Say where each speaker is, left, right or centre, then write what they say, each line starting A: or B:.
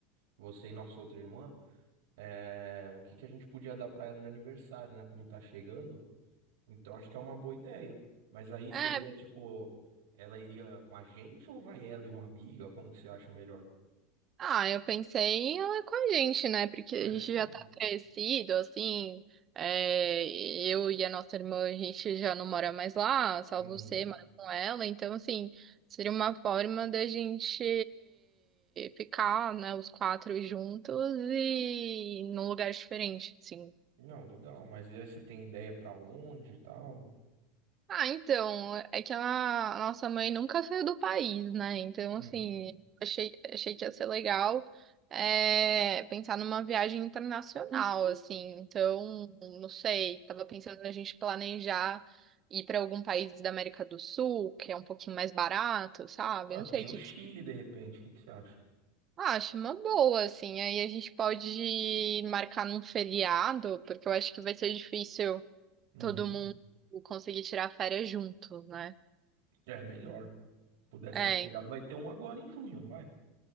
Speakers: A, on the right; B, on the right.
A: você e nossa outra irmã, é, o que que a gente podia dar pra ela de aniversário, né? Como tá chegando. Então acho que é uma boa ideia. Mas aí seria
B: É,
A: tipo, ela iria com a gente ou vai ela e uma amiga? Como que você acha melhor?
B: Ah, eu pensei em ela com a gente, né? Porque a
A: É
B: gente
A: melhor.
B: já tá crescido, assim. é, eu e a nossa irmã, a gente já não mora mais lá, só
A: Uhum.
B: você mora com ela. Então, assim, seria uma forma da gente ficar, né, os quatro juntos e num lugar diferente, assim.
A: Não, legal. Mas e aí você tem ideia pra onde e tal?
B: Ah, então, é que a nossa mãe nunca saiu do país, né? Então,
A: Hum.
B: assim, achei, achei que ia ser legal é, pensar numa viagem internacional, assim. Então, não sei, tava pensando na gente planejar ir para algum país da América do Sul, que é um pouquinho mais barato, sabe?
A: Ah,
B: Não
A: tem
B: sei o
A: o
B: que
A: Chile
B: que você
A: de repente. O que que você acha?
B: acha, uma boa, assim. Aí a gente pode marcar num feriado, porque eu acho que vai ser difícil
A: Uhum.
B: todo mundo conseguir tirar férias juntos, né?
A: É melhor. Se pudesse
B: É,
A: ser um feriado, vai ter um agora em junho, não vai?